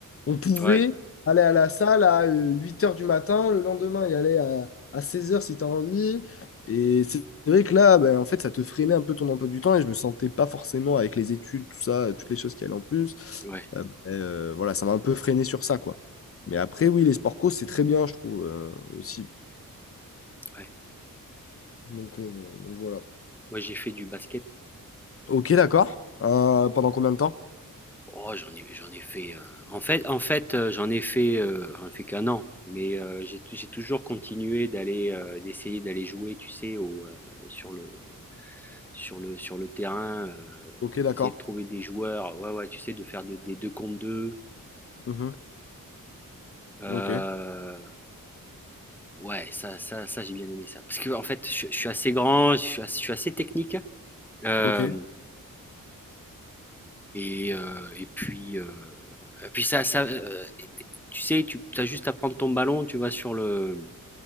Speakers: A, on the left (about 40°); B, in the centre.
A: On pouvait
B: ouais,
A: aller à la salle à euh, 8 heures du matin, le lendemain, y aller à, à 16 heures si tu as envie. Et c'est vrai que là, bah, en fait, ça te freinait un peu ton emploi du temps et je me sentais pas forcément avec les études, tout ça, toutes les choses qui allaient en plus.
B: ouais,
A: Euh, bah, euh, voilà, ça m'a un peu freiné sur ça, quoi. Mais après, oui, les sports co, c'est très bien, je trouve, euh, aussi.
B: ouais.
A: Donc, euh, bon, donc voilà.
B: Moi, j'ai fait du basket.
A: Ok, d'accord. Euh, pendant combien de temps?
B: Oh, j'en ai, j'en ai fait. euh, en fait, en fait, euh, j'en ai fait, euh, j'en ai fait qu'un an. Mais euh, j'ai, j'ai toujours continué d'aller, euh, d'essayer d'aller jouer, tu sais, au, euh, sur le, sur le, sur le terrain, euh,
A: Ok, d'accord.
B: d'essayer de trouver des joueurs. Ouais, ouais, tu sais, de faire de- des deux contre deux.
A: Mhm.
B: Euh,
A: Ok,
B: ouais, ça, ça, ça, j'ai bien aimé ça. Parce que en fait, je, je suis assez grand, je suis, as- je suis assez technique. hein. Euh,
A: ok.
B: Et, euh, et puis, euh, et puis ça, ça, euh, tu sais, tu as juste à prendre ton ballon, tu vas sur le,